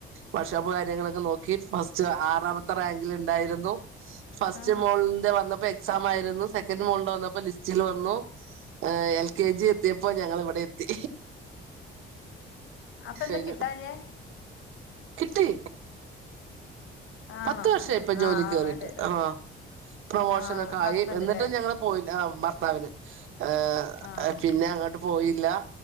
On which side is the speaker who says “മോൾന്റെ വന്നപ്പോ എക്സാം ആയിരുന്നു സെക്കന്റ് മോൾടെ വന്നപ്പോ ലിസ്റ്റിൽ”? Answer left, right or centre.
Right